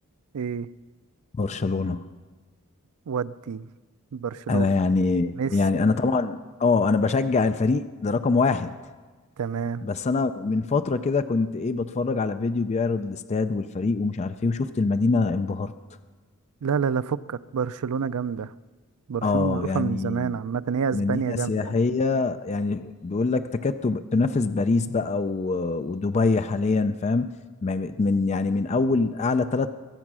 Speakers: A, on the right; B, on the left.
A: ايه
B: برشلونة
A: ودي برشلونة
B: انا يعني
A: ميسي
B: يعني انا طبعا اه انا بشجع الفريق ده رقم واحد
A: تمام
B: بس انا من فتره كده كنت ايه بتفرج على فيديو بيعرض الاستاد والفريق ومش عارف ايه وشفت المدينه انبهرت
A: لا لا لا فكك برشلونة جامدة برشلونة
B: اه
A: معروفة
B: يعني
A: من زمان عامة هي اسبانيا
B: مدينه
A: جامدة
B: سياحيه يعني بيقول لك تكاد تب- تنافس باريس بقى و- ودبي حاليا فاهم ما- من يعني من اول اعلى ثلاث